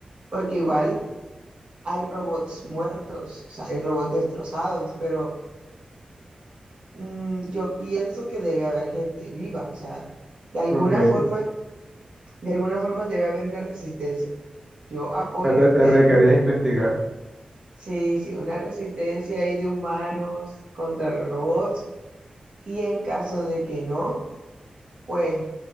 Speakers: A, on the right (about 50°); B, on the right (about 25°).
A: porque igual hay robots muertos, o sea, hay robots destrozados, pero mm, yo pienso que debe haber gente viva, o sea, de alguna
B: ok.
A: forma, de alguna forma debe haber una resistencia. Yo apoyo
B: Ya te, te
A: que
B: arriesgarías
A: haya una, re-
B: a investigar.
A: sí, sí, una resistencia ahí de humanos contra los robots y en caso de que no, pues